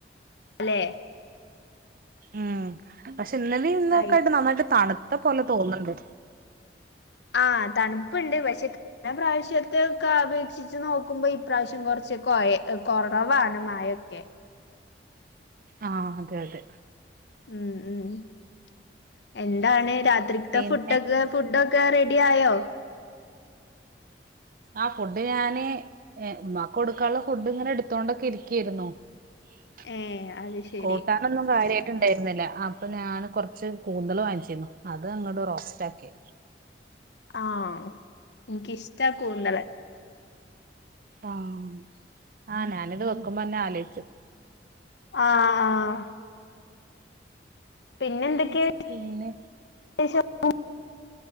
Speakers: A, on the left (about 75°); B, on the right (about 50°).
A: അല്ലെ
B: ഉം പക്ഷെ ഇന്നലെയ ഇന്നൊക്കൊയിട്ട്
A: കഴി
B: നന്നായിട്ട് തണുത്ത പോലെ തോന്നണ്ട്
A: ആഹ് തണുപ്പുണ്ട് പക്ഷെ പിന്നെ പ്രാവശ്യത്തെ ഒക്കെ അപേക്ഷിച്ച് നോക്കുമ്പോ ഈ പ്രാവശ്യം കുറച്ച് കൊ കുറവാണമഴയൊക്കെ
B: ആഹ് അതെ അതെ
A: ഉം ഉംഎന്താണ് രാത്രിത്തെ
B: പിന്നെ
A: ഫുഡൊക്കെ ഫുഡൊക്കെ റെഡി ആയോ <inaudible>
B: ആഹ് ഫുഡ് ഞാന് ഏഹ് ഉമ്മാക്ക് കൊടുക്കാനുള്ള ഫുഡ് ഇങ്ങനെ എടുത്തോണ്ടൊക്കെ ഇരിക്കായിരുന്നു <unintelligible>
A: ഏ അത് ശരി
B: കാര്യമായിട്ട് ഉണ്ടായിരുന്നില്ല അപ്പൊ <unintelligible> ഉണ്ടായിരുന്നില്ല അപ്പൊ ഞാന് കൊറച്ച് കൂന്തൽ വാങ്ങിച്ചിരുന്നു അത് അങ്ങോട്ട് റോസ്റ്റ് ആക്കി
A: ആഹ് എനിക്കിഷ്ടാ കൂന്തള്
B: ആഹ് ആ ഞാനിത് വെക്കുമ്പോന്നെ ആലോചിച്ചു
A: ആഹ് പിന്നെ എന്തൊക്കെ
B: ഉം പിന്നെ
A: <unintelligible>